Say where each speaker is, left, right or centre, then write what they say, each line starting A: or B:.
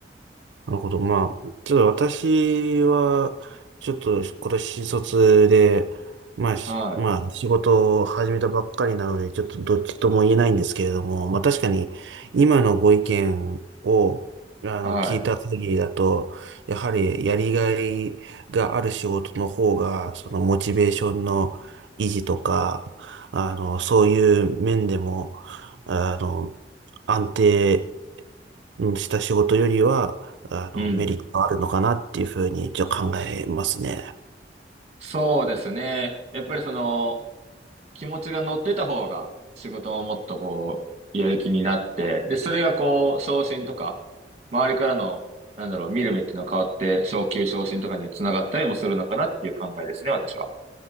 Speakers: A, on the right; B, on the right.
A: なるほど。まあ、ちょっと私は、ちょっと今年新卒で、まあ、しまあ、
B: はい、
A: 仕事を始めたばっかりなので、ちょっとどっちとも言えないんですけれども、まあ確かに今のご意見を、あの、
B: は
A: 聞いた限りだと、やはりやりがいがある仕事の方が、そのモチベーションの維持とか、あの、そういう面でも、あの、安定うんした仕事よりは、あの、
B: い、うん。
A: メリットあるのかなっていうふうに、じゃ考えますね。
B: そうですね。やっぱりその、気持ちが乗ってた方が、仕事ももっとこう、やる気になって、で、それがこう、昇進とか、周りからの、なんだろう、見る目っていうのが変わって、昇給昇進とかにつながったりもするのかなっていう考えですね、私は。